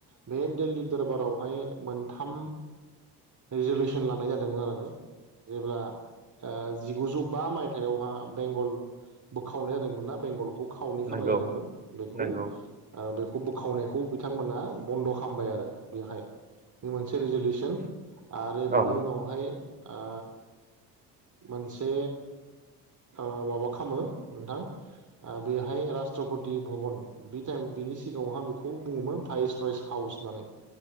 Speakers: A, on the right; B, on the right.
A: बे दिल्ली दरबारावहाय मोनथाम रिजलेउसन लानाय जादोंमोन आरो। जेब्ला जिगुजौ बा मायथायाववहा बेंगल बोखावनाय जादोंमोन ना बेंगलखौ खावनै
B: नंगौ
A: खालामनाय जादोंमोन बेखौ
B: नंगौ
A: बे खौ बोखावनायखौ बिथांमोना बन्द' खालामबाय आरो बेहाय। बे मोनसे रेजुलिउसन आरो बिनि
B: औ
A: उनावहाय ओ मोनसे ओ माबा खालामो नोंथां बेहाय राष्ट्रपति भबन बे टाइम बिनि सिगाङावहा बेखौ बुङोमोन भाइस राइस हाउस होननानै।